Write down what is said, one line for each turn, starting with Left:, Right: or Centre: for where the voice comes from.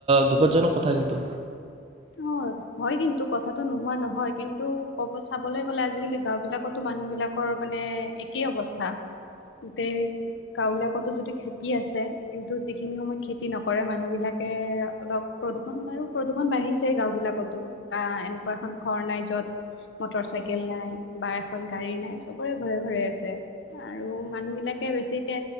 Right: দুখদজনক কথা কিন্তু
Left: অহ হয় কিন্তু কথাটো নোহোৱা নহয় কিন্তু ক'ব চাবলৈ গ'লে আজিকালি গাওঁ বিলাকতো মানুহ বিলাকৰ মানে একেই অৱস্থা গোটেই গাওঁবিলাকতো যদি খেতি আছে কিন্তু যিখিনি সময়ত খেতি নকৰে মানুহ বিলাকে অলপ প্ৰদূষণ বাৰু প্ৰদূষণ বাঢ়িছে আছে গাঁওবিলাকতো বা এনেকুৱা এখন ঘৰ নাই যত মটৰ চাইকেল নাই বা এখন গাড়ী নাই চবৰে ঘৰে ঘৰে আছে আৰু মানুহ বিলাকে বেছিকে